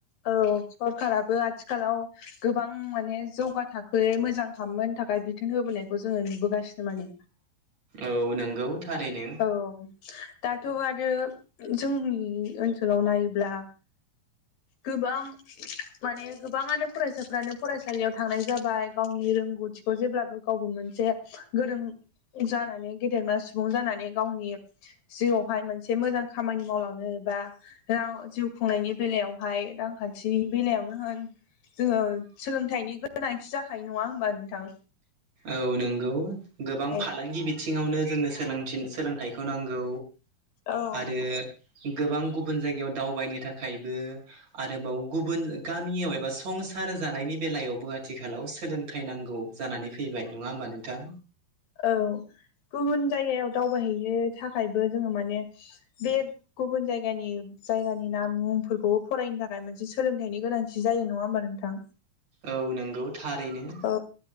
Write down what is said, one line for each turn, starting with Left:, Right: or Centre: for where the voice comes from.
Left: औ सरखाराबो आथिखालाव गोबां माने जौगा थाखोयै मोजां खामोन थाखाय बिथोन होबोनाय जोंङो नुबोगासिनो माने।
Right: औ नंगौ थारैनो
Left: औ दा थ' आरो जोंनि ओनसोलाव नायोब्ला गोबां माने गोबांङानो फरायसाफ्रानो फरायसालियाव थांनाय जाबाय गावनि रोंगौथिखौ जेब्लाबो गावबो मोनसे गोरों जानानै गेदेरमा सुबुं जानानै गावनि जिउआवहाय मोनसे मोजां खामानि मावलां योबा राव जिउ खुंनायनि बेलायावहाय रांखान्थिनि बेलायावनो होन जोंङो सोलोंथाइनि गोनांथि जाखायो नंङा होमबा नोंथां?
Right: औ नोंगौ गोबां
Left: औ
Right: फालांगि बिथिङावनो जोंनो सोलोंथिन सोलोंथाइ खौ नांगौ
Left: औ
Right: आरो गोबां गुबुन जायगायाव दावबायनो थाखायबो आरोबाव गुबुन गामियाव एबा संसार जानायनि बेलायावबो आथिखालाव सोलोंथाइ नांगौ जानानै फैबाय नंङा होमबा नोंथां?
Left: औ। गुबुन जायगायाव दावबायहैनो थाखायबो जोंङो माने बे गुबुन जायगानि जायगानि नाम मुंफोरखौ फरायनो थाखाय मोनसे सोलोंथाइनि गोनांथि जायो नंङा होमबा नोंथां?
Right: औ नोंगौ थारैनो।
Left: औ